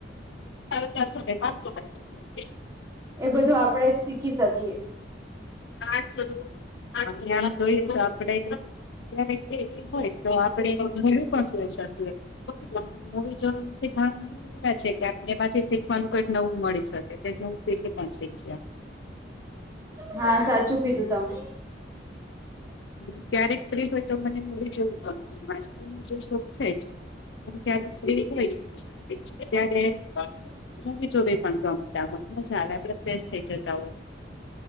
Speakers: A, on the left; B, on the right.
A: તાર ચારસો પાંચસો કાપી નાખજે
B: એ બધું આપણેે શીખી શકીએ
A: આસોસો આપડે નુ કયારે હોય તો આપડે નવી પણ જોઈ શ પણ મુવી જોવા માંથી જાણ મળે છે કે આપને એમાંથી શીખવાનું કઈક નવું મળી શકે જેથી હું શીખી પણ શીખશે
B: હા સાચું કીધું તમે
A: હ ક્યારેક ફ્રી હોય તો મને મૂવી જવું ગમે જોવું ગમે વાંચવા નુ શોખ પણ છે જ હ ક્યારે ફ્રી હોયે તો એમ પણ મૂવી જોવી પણ ગમતા હોયે આપડે ફ્રેશ થઈ જતા હો